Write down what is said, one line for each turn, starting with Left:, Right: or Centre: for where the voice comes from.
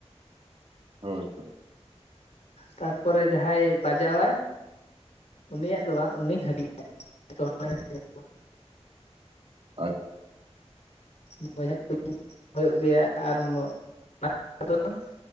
Right: ᱦᱳᱭ ᱦᱳᱭ
Left: ᱛᱟᱨᱯᱚᱨᱮ ᱡᱟᱦᱟᱸᱭ ᱵᱟᱡᱟᱣᱼᱟᱭ ᱩᱱᱤᱭᱟᱜ ᱫᱚ ᱵᱟᱝ ᱩᱱᱤ ᱦᱟᱹᱵᱤᱡᱼᱼ <unintelligible>
Right: ᱟᱡᱼᱼ
Left: <unintelligible> ᱦᱩᱭᱩᱜ ᱜᱮᱭᱟ ᱟᱨ <unintelligible>